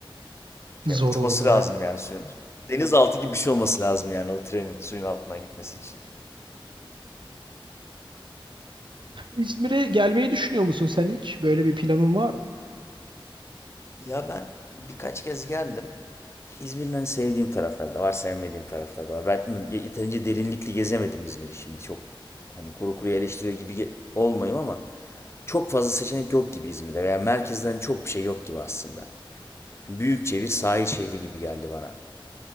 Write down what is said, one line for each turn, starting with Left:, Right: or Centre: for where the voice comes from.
Left: Şey
Right: Zor
Left: uçması
Right: olurdu
Left: lazım
Right: aynen.
Left: yani suyun. Denizaltı gibi bir şey olması lazım yani o trenin suyun altından gitmesi için.
Right: İzmir'e gelmeyi düşünüyor musun sen hiç? Böyle bir planın var mı?
Left: Ya ben birkaç kez geldim. İzmir'in hani sevdiğim tarafları da var, sevmediğim tarafları da var. Ben yeterince derinlikli gezemedim İzmir'i şimdi. Çok hani kuru kuruya eleştiriyor gibi ge- olmayayım ama çok fazla seçenek yok gibi İzmir'de veya merkezde hani çok bir şey yok gibi aslında. Büyükçe bir sahil şehri gibi geldi bana.